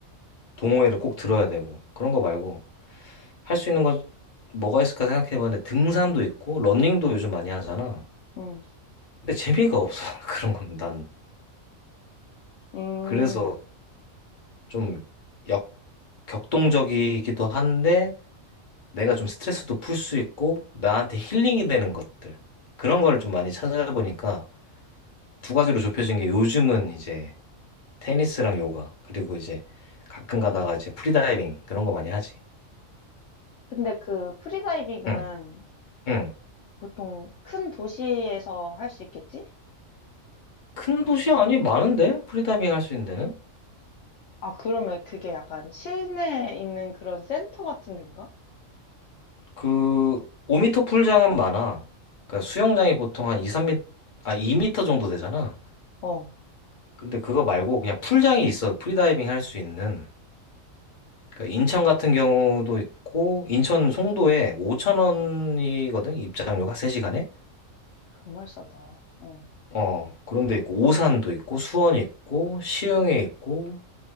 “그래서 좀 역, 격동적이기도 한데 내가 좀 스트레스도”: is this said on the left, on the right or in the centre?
Left